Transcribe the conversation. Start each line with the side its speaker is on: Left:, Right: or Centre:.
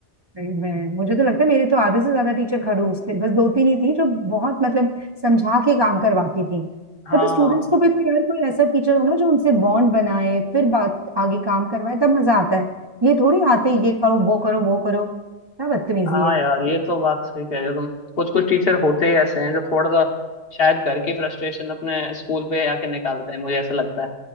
Right: भाई, मैं मुझे तो लगता है मेरे तो आधे से ज्यादा टीचर खड़ूस थे बस दो तीन ही थी जो बहुत मतलब समझा के काम करवाती थी
Left: हाँ
Right: पता स्टूडेंट्स को भी तो यार कोई ऐसा टीचर हो ना जो उनसे बॉन्ड बनाए फिर बात आगे काम करवाए तब मजा आता है ये थोड़ी आते ही, ये करो वो करो वो करो क्या बदतमीजी
Left: हाँ
Right: है
Left: यार
Right: <laughs>
Left: ये तो बात सही कह रहे हो तुम कुछ कुछ टीचर होते ही ऐसे हैं जो थोड़ा सा शायद घर की फ्रस्ट्रेशन अपने स्कूल पे आके निकालते हैं मुझे ऐसा लगता